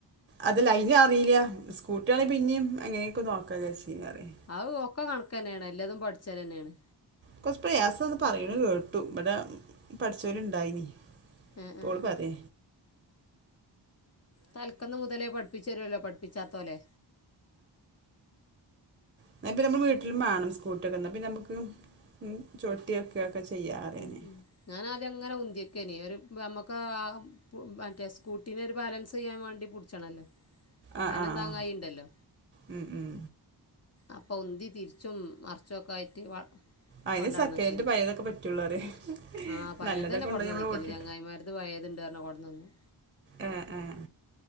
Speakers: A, on the right (about 25°); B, on the left (about 35°).
A: അത് ലൈന അറിയില്ല. സ്കൂട്ടിയാണെങ്കി പിന്നെയും എങ്ങനെയൊക്കെ നോക്കാം വിചാരിച്ചിനറിയ
B: അഹ് ഓക്കൊ കണക്കന്നെയാണ്. എല്ലാതും പഠിച്ചാല് തന്നെയാണ്.
A: കൊറച്ച് പ്രയാസാന്ന് പറയ്ണെ കേട്ടു. ഇബടെ പഠിച്ചോല് ണ്ടായിനി.
B: ആഹ്
A: ഇപ്പോൾ
B: ആഹ് ആഹ്
A: പറയ്.
B: തൽക്കെന്ന് മുതലേ പഠിപ്പിച്ചുത്തെരുല്ലോ പഠിപ്പിച്ചാത്തോലെ.
A: അയിന് ഇപ്പൊ നമ്മളെ വീട്ടിലും വേണം സ്കൂട്ടിയൊക്കെ. എന്നാ പിന്നെ നമ്മെക്ക് ഉം ചൊട്ടിയൊക്കെക്കെ ചെയ്യാറൈനി
B: ഉം ഉം ഞാനാദ്യം അങ്ങെനെ ഉന്ത്യേക്കെനെ. ഒര് നമ്മെക്ക് മറ്റേ സ്കൂട്ടീനേരു ബാലൻസ് ചെയ്യാൻ വേണ്ടി കൊടു ച്ചണല്ലോ
A: ആഹ്
B: കനം
A: ആഹ്
B: താങ്ങായിണ്ടല്ലോ.
A: ഉം ഉം
B: അപ്പൊ ഉന്തി തിരിച്ചും മറച്ചുംക്കെ ആയിട്ട്
A: അയിന്
B: കൊണ്ടാടനക്കനി
A: സെക്കൻഡ് പഴയതൊക്കെ പറ്റുള്ളൂ പറയ
B: ആ പഴയ
A: നല്ലതൊക്കെ
B: തന്നെ
A: കൊണ്ടോയി
B: കൊടന്നന്നക്കെനി
A: നമ്മള് ഓട്ടി
B: ചങ്ങായിമാര് അത് പഴയത് ഉണ്ട്ന്ന് പറഞ്ഞു കൊണ്ടന്നാന്നു
A: ഏഹ് ഏഹ്